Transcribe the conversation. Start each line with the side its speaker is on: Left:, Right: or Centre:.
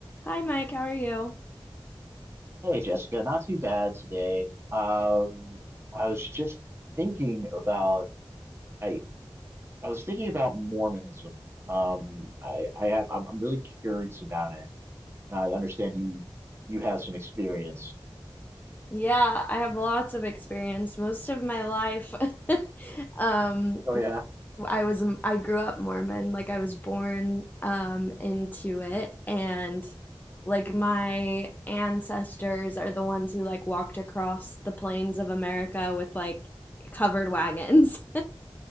Left: Hi, Mike. How are you?
Right: Hey Jessica, not too bad today. Um, I was just thinking about I I was thinking about Mormonism. Um, I I have I'm, I'm really curious about it. And I understand you you have some experience.
Left: Yeah, I have lots of experience. Most of my life, <laughs> um,
Right: Oh yeah.
Left: I was um, I grew up Mormon. Like I was born um, into it, and like my ancestors are the ones who like walked across the plains of America with like covered wagons.